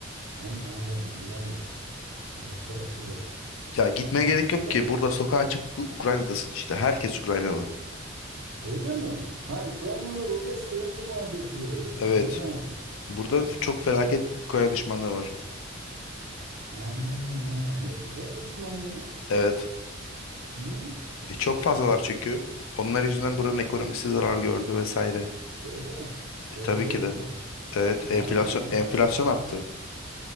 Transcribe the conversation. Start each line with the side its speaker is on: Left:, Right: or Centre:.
Right: On, anladım ondan dolayı. Yoksa şey olur.
Left: Ya gitmeye
Right: Ee,
Left: gerek yok
Right: ya-
Left: ki. Burada sokağa çık Ukrayna'dasın işte. Herkes Ukraynalı.
Right: öyle mi? Ha Ukraynalılar oraya sığındı muhabbeti.
Left: Evet.
Right: Ondan.
Left: Burada çok felaket Ukrayna düşmanlığı var.
Right: Anladım ha. Ne? Ukrayna düşmanlığı mı?
Left: Evet.
Right: Niye?
Left: E, çok fazlalar çünkü. Onlar yüzünden buranın ekonomisi zarar gördü vesaire.
Right: Gördü mü? Zarar
Left: E, tabii
Right: gördü
Left: ki de.
Right: mü?
Left: Evet.
Right: Ne
Left: Enflasyon
Right: anlamda?
Left: enflasyon arttı.